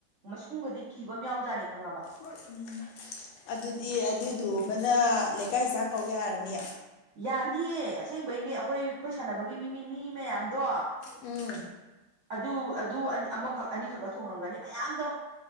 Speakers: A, on the right; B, on the left.
A: ꯃꯁꯨꯡꯒꯗꯤ ꯀꯤꯕ ꯑꯃ ꯌꯥꯎꯖꯥꯠꯅꯤ ꯈꯪꯉꯕ
B: ꯍ ꯎꯝ ꯑꯗꯨꯗꯤ ꯑꯗꯨꯗꯨ ꯃꯅ ꯂꯩꯀꯥꯏ ꯏꯆꯥꯥꯛ ꯀꯧ ꯌꯥꯔꯅꯤ
A: ꯌꯥꯅꯤꯌꯦ ꯑꯁꯦꯡꯕꯩꯅꯦ ꯑꯩꯈꯣꯏ ꯑꯩꯈꯣꯏ ꯁꯥꯟꯅꯕꯒꯤ ꯃꯤ ꯃꯤ ꯃꯤ ꯃꯌꯥꯝꯗꯣ
B: ꯎꯝ
A: ꯑꯗꯨ ꯑꯗꯨ ꯑꯃꯈꯛ ꯑꯅꯤꯈꯛꯛꯇ ꯊꯣꯡꯉꯝꯒꯅꯤ ꯃꯌꯥꯝꯗꯣ